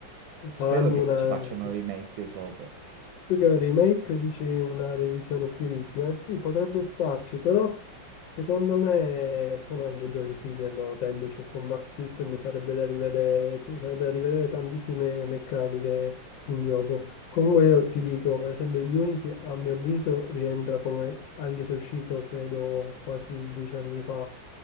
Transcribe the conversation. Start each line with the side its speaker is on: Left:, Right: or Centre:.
Right: spero
Left: faranno
Right: che
Left: una...
Right: ci facciano remake sopra.
Left: Più che un remake, dici una revisione stilistica? Sì, potrebbe starci, però secondo me sono anche giochi fighi al loro tempo, cioè Combat System sarebbe da rivedere, ci sarebbe da rivedere tantissime meccaniche in gioco. Comunque io ti dico, per esempio Unity a mio avviso rientra come, anche se è uscito credo quasi dieci anni fa,